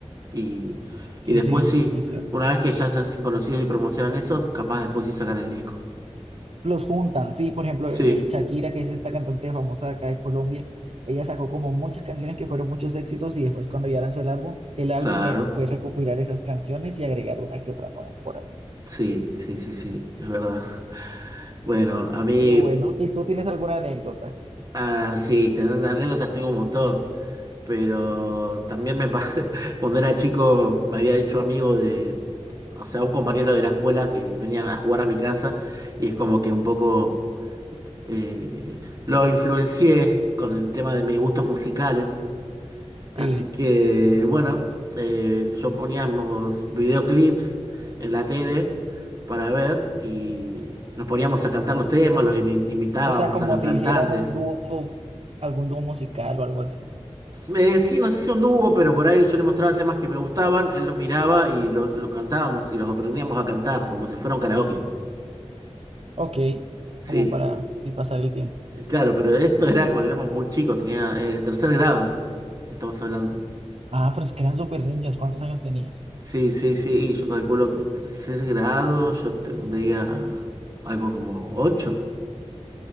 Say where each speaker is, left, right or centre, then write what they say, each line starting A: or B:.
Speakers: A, on the right; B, on the right.
A: y,
B: sí,
A: y después
B: sí,
A: sí,
B: es cierto.
A: una vez que ya se hacen conocidos y promocionan esos, capaz después sí sacan el disco.
B: Los juntan, sí, por ejemplo,
A: Sí,
B: eh, Shakira, que es esta cantante famosa de acá de Colombia, ella sacó como muchas canciones que fueron muchos éxitos y después cuando ya lanzó el álbum, el álbum
A: claro,
B: eh, fue recopilar esas canciones y agregar una que otra nueva por ahí.
A: sí, sí, sí, sí, es verdad. Bueno, a mí,
B: Pero bueno, ¿y tú tienes alguna anécdota?
A: ah, sí, tener anécdotas tengo un montón, pero también me pa- <laughs> cuando era chico me había hecho amigo de o sea, un compañero de la escuela que venían a jugar a mi casa y es como que un poco eh, lo influencié con el tema de mis gustos musicales. Así
B: Sí,
A: que, bueno, eh, yo poníamos videoclips en la tele para ver y nos poníamos a cantar los temas, los imi- imitábamos
B: o sea, como
A: a los cantantes.
B: si hicieran un dúo, algún dúo musical o algo así.
A: Eh, sí, no sé si un dúo, pero por ahí yo le mostraba temas que me gustaban, él los miraba y lo- los cantábamos y los aprendíamos a cantar como si fuera un karaoke.
B: Ok,
A: Sí.
B: como para sí pasar el tiempo.
A: Claro, pero esto era cuando éramos muy chicos, tenía eh, tercer grado, estamos hablando.
B: Ah, pero es que eran súper niños, ¿cuántos años tenías?
A: Sí, sí, sí, y yo calculo que en tercer grado yo tendría algo como 8,